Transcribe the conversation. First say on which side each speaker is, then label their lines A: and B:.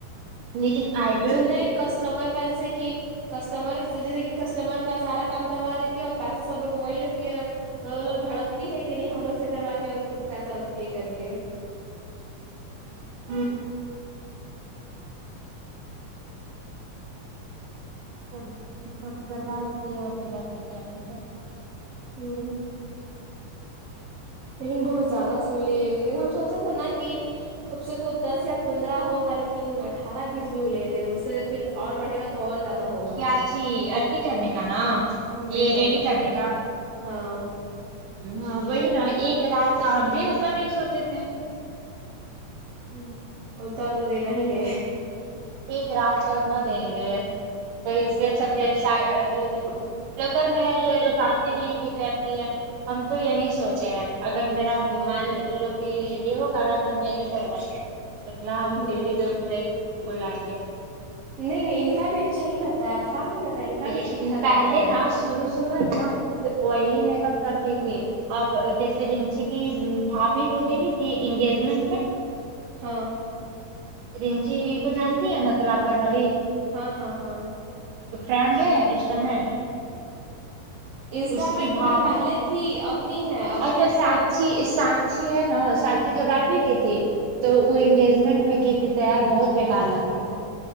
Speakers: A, on the right; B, on the right.
A: لیکن آئے
B: سنتا <unintelligible> ایک کسٹمر کا جسے کہ کسٹمر سے جیسے کہ کسٹمر کا سارا کام کروا لیتی ہے اور پیسہ سب لوگ کو وہی رکھتی ہے نا وہ لوگ بھڑکتی ہے کہ نہیں ہم لوگ سے کروا کے خود پیسہ رکھتی ہے کر کے
A: ہوں سب سب کروا لیتی ہے اور پھر رکھ لیتی ہے اپنے کو
B: ہوں لیکن بہت زیادہ سن لی ہوگئی ہم سوچے تھے نا کہ کم سے کم دس یا پندرہ ہوگا لیکن اٹھارہ بیس بھی وہ لے رہے ہیں اس سے پھر اور بڑھے گا تو اور زیادہ ہوگا
A: کیاچی ایسی کرنے کا نا
B: میک
A: یہ ریڈی
B: اپ
A: کرنے کا
B: ہاں
A: ہاں وہی نا ایک رات کا ہم بھی اتنا نہیں سوچے تھے
B: ہوں اتنا تو دینا ہی ہے
A: ایک رات کا اتنا دیں گے تو
B: ہوں
A: اس سے اچھا دیڑھ لکل میں ہے تو ایکزاکتی بھی کی کرتی ہے <inaudible> ہم تو یہی سوچے ہیں اگر میرا من ان لوگ کی یہ ہو گا نا تو ہم یہی کروائیں گے اتنا ہم
B: ہوں
A: دلی دور نہیں بلائیں گے
B: نہیں نہیں ان کا بھی اچھا ہی رہتا ہے خراب نہیں رہتا ان کا بھی
A: یہ
B: ٹھیک ٹھاک
A: پہلے
B: رہتا ہے
A: نا شروع شروع ہے نا آئلی میک اپ کرتی تھی آب جیسے رنچی کی بھابھی کو دیکھے انگیجمنٹ میں
B: ہاں
A: رچی کو جانتی ہے ن تلاپر والی
B: ہاں ہاں ہاں
A: تو فرینڈ ہے اس سمے
B: انسٹا
A: اس
B: میں
A: کی
B: مطلب
A: بھابھی
B: پہلے تھی اب نہیں ہے اب
A: اچھا
B: کیا کہتے
A: ساکشی سا کشی ہے نا ساکشی تو ڈال بھی کی تھی تو وہ انگیجمنٹ میں کی تھی تیار بہت ڈر لگ رہا تھا